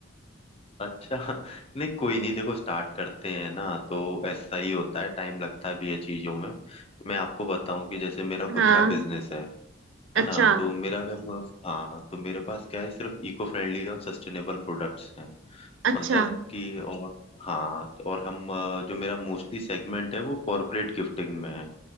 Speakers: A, on the left; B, on the right.
A: अच्छा <laughs> नहीं कोई नहीं देखो स्टार्ट करते हैं ना तो ऐसा ही होता है टाइम लगता भी है चीजों में मैं आपको बताऊं कि जैसे मेरा
B: हाँ
A: खुद का बिजनेस है है
B: अच्छा
A: ना तो मेरा क्या हाँ तो मेरे पास क्या है सिर्फ इको फ्रेंडली और सस्टेनेबल प्रोडक्ट्स हैं।
B: अच्छा
A: मतलब कि और हाँ तो और हम अ, जो मेरा मोस्टली सेगमेंट है वो कॉरपोरेट गिफ्टिंग में है